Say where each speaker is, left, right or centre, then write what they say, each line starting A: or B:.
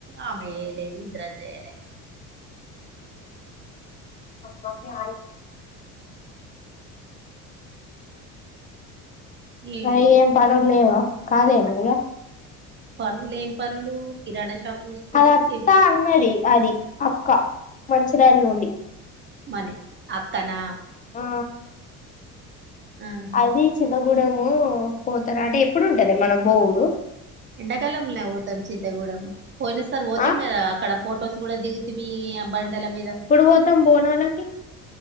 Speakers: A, on the right; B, on the left.
A: ఆమె జేయలేదు ఇద్దరం జేయలే
B: మమ్మీ ఆ
A: ఈ
B: అయ్ ఏం పన్లు లేవా కాదేమో గా
A: పనులు ఏం పనులు కిరాణా షాప్ చూసుకునుడు
B: అద అత్తా
A: గివి
B: అన్నది అది అక్క మంచిరాయాల నుండి
A: మనీ అక్కనా
B: ఆ
A: ఆహా
B: అది చింతగూడెము పోతారా అంటే ఎప్పుడు ఉంటదే మనం బోవుడు
A: ఎండాకాలంలే ఓతాం చింతగూడెం పోయిన సార్ బోతిం
B: ఆ
A: కదా అక్కడ ఫొటోస్ గూడా దిగితిమి ఇగ బండల మీద
B: ఓతం బోనాలకి